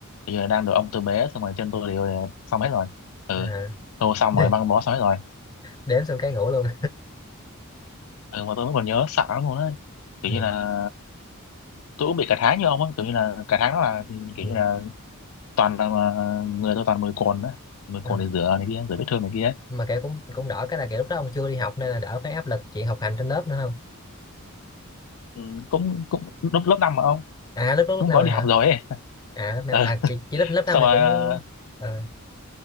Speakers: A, on the left (about 75°); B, on the left (about 20°).
A: bây giờ đang được ông tôi bế xong rồi chân tôi đều đều xong hết rồi ừ
B: À.
A: tôi xong
B: <laughs>
A: rồi băng bó xong hết rồi
B: đếm xong cái ngủ luôn
A: ừ mà tôi vẫn còn nhớ sợ lắm luôn ấy kiểu
B: ừ.
A: như là tôi cũng bị cả tháng như ông á kiểu như là cả tháng đó là kiểu
B: Ừ.
A: như là toàn là là người tôi toàn mười cồn á mười
B: Ờ.
A: cồn để rửa này kia rửa vết thương này kia ấy.
B: mà kiểu cũng cũng đỡ cái là kiểu lúc đó ông chưa đi học nên là đỡ cái áp lực chị học hành trên lớp nữa không
A: ừ, cũng cũng lớp lớp năm mà ông
B: à lớp lúc,
A: cũng
B: lúc năm
A: gói
B: rồi
A: đi
B: hả
A: học rồi ấy. <laughs>
B: à lớp năm
A: ừ
B: à chị, chị lớp lớp năm
A: xong
B: này
A: rồi
B: cũng
A: ờ,
B: ờ,